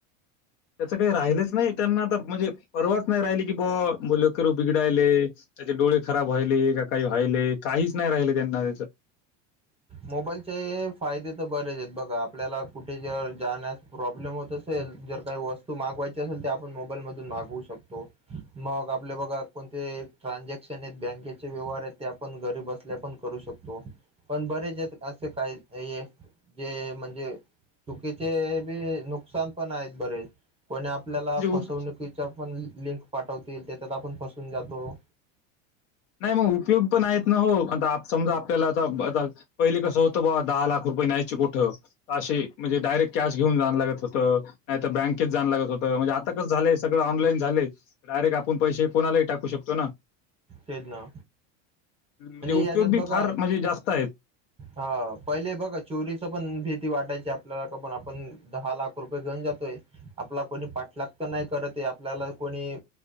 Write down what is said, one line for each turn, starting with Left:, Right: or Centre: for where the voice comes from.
Left: त्याचं काही राहिलंच नाही त्यांना आता म्हणजे परवाच नाही राहिली कि बुआ मुलं बिघडायले. त्याचे डोळे खराब व्हाले का काही व्हाले काहीचं नाही राहिले त्यांना त्याचं.
Right: मोबाईलचे फायदे तर बरेच आहेत बघा आपल्याला कुठे जाण्यास प्रॉब्लेम होत असेल जर काही वस्तू मागवायची असेल तर आपण मोबाईल मधून मागवू शकतो. मग आपले बघा कोणते ट्रानझॅक्शन आहेत बँकेचे व्यवहार आहेत ते आपण घरी बसून करू शकतो. पण करू शकतो पण बरे ज असे काहीच नाहीये. जे म्हणजे चुकीचे बी नुकसान पण आहेत बरेच कोणी आपल्याला
Left: म्हणजे उप
Right: फसवणुकीच्या पण लिंक पाठवतील त्याच्यात आपण फसून जातो.
Left: नाही मग उपयोग पण आहेत ना हो आ समजा आपल्याला आता आ पहिले कसं होतं बाबा दहा लाख रुपये न्यायचे कुठं. अशी म्हणजे डायरेक्ट कॅश घेऊन जायं लागत होतं. नाही तर बँकेत जाणं लागत होत म्हणजे आताच झालंय सगळं ऑनलाईन झालंय. डायरेक्ट आपण पैसे कोणालाही टाकू शकतो ना.
Right: तेच ना
Left: म्हणजे उपयोग
Right: याच्यात
Left: बी
Right: बघा
Left: फार म्हणजे जास्त आहेत.
Right: हा पहिले बघ चोरीच पण भीती वाटायची आपल्याला का पण आपण दहा लाख रुपयाे घेऊन जातोय. आपला कोणी पाठलागत नाही करत आपल्याला कोणी